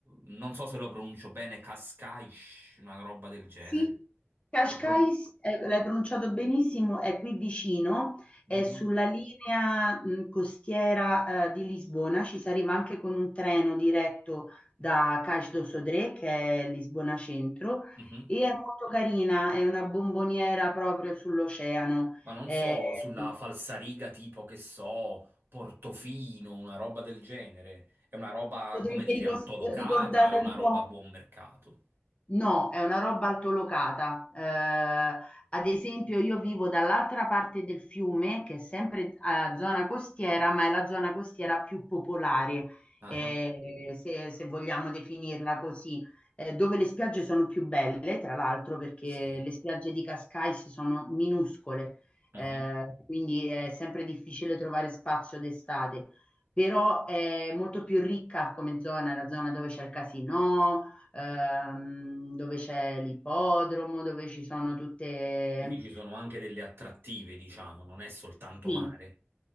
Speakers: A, on the right (about 55°); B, on the left (about 30°).
A: non so se lo pronuncio bene, Cascais, una roba del genere.
B: Sì, Cascais,
A: Lo pron-
B: eh, l'hai pronunciato benissimo, è qui vicino,
A: Mhm,
B: è sulla linea mh, costiera eh, di Lisbona, ci si arriva anche con un treno diretto da Cais do Sodré, che è Lisbona Centro,
A: mhm.
B: e è molto carina, è una bomboniera proprio sull'oceano.
A: Ma non
B: Eh,
A: so, sulla falsariga tipo che so, Portofino, una roba del genere. È una roba,
B: potrebbe
A: come dire,
B: ricos-
A: altolocata,
B: ricordare
A: è una
B: un
A: roba
B: po'.
A: a buon mercato.
B: No, è una roba altolocata. Eh, ad esempio, io vivo dall'altra parte del fiume, che è sempre a zona costiera, ma è la zona costiera più popolare,
A: Ah,
B: eh, se, se vogliamo definirla così, eh, dove le spiagge sono più belle, tra l'altro, perché
A: sì.
B: le spiagge di Cascais sono minuscole, eh,
A: Mhm.
B: quindi è sempre difficile trovare spazio d'estate. Però è molto più ricca come zona, è la zona dove c'è il casino ehm, dove c'è l'ippodromo, dove ci sono tutte... eh,
A: Quindi ci sono anche delle attrattive, diciamo, non è soltanto
B: Sì,
A: mare.